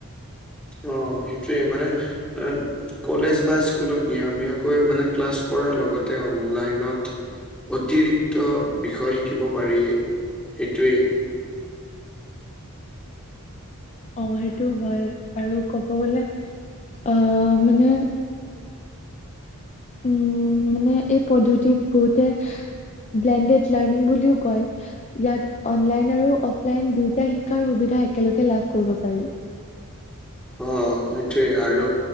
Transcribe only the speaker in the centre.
অ সেইটোৱেই মানে এ কলেজ বা স্কুলত নিয়ামীয়াকৈ মানে ক্লাছ কৰাৰ লগতে অনলাইনত অতিৰিক্ত বিষয় শিকিব পাৰিয়ে সেইটোৱেই।
অ' সেইটোৱেই আৰু